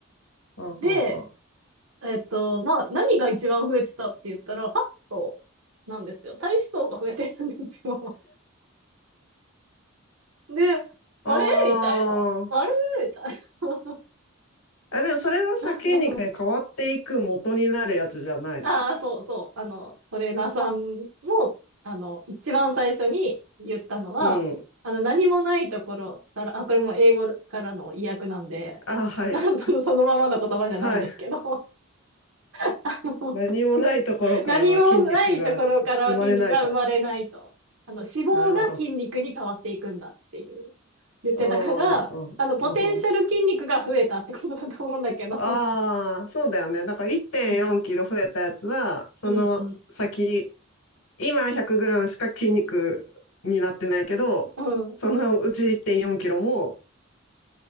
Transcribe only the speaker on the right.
う。で、えっと、まあ、何が一番増えてたって言ったら、ファットなんですよ。体脂肪が増えてるんですよ。で、
あれみたいな。
あれみたいな。
<laughs>
ああ、そうそう。あの、トレーナーさんも、あの、一番最初に言ったのは、
あの、何もないところから、あ、これも英語からの意訳なんで、
<laughs> なんそのそのままの言葉じゃないんですけど、
<laughs>
何もないところからは筋肉は生まれないと。あの、脂肪が筋肉に変わっていくんだっていう、
言ってたから、
あの、ポテンシャル筋肉が増えたってことだと思うんだけど、
うん、
うん、うん、
うん。